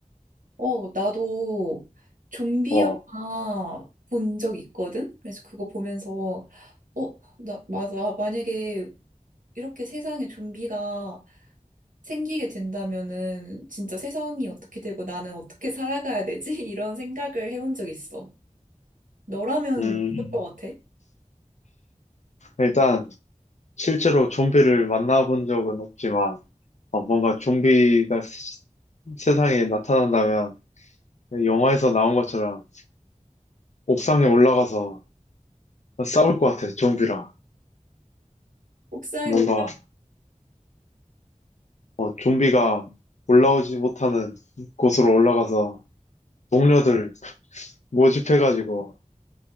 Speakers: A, on the right; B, on the left.
A: 어, 나도 좀비
B: 어,
A: 영화 본 적 있거든? 그래서 그거 보면서, 어, 나, 맞아. 나 만약에 이렇게 세상에 좀비가 생기게 된다면은 진짜 세상이 어떻게 되고 나는 어떻게 살아가야 되지? <laughs> 이런 생각을 해본 적 있어. 너라면
B: 음,
A: 어떨 것 같아?
B: 일단, 실제로 좀비를 만나본 적은 없지만, 어, 뭔가 좀비가 시- 세상에 나타난다면, 영화에서 나온 것처럼 옥상에 올라가서 싸울 것 같아, 좀비랑.
A: 옥상에
B: 뭔가
A: 올라
B: 어, 좀비가 올라오지 못하는 곳으로 올라가서 동료들 모집해가지고